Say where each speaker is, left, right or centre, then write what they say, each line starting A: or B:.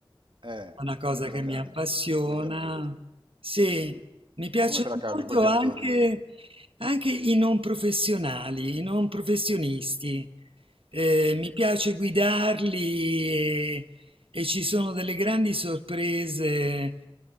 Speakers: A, on the right; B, on the right.
A: eh,
B: una
A: e
B: cosa
A: come te
B: che
A: la cavi
B: mi appassiona.
A: co- con gli attori?
B: Sì, mi piacciono
A: Come te la cavi
B: molto
A: con gli attori?
B: anche, anche i non professionali, i non professionisti.
A: Mm,
B: Eh,
A: mm,
B: mi piace guidarli e, e ci sono delle grandi sorprese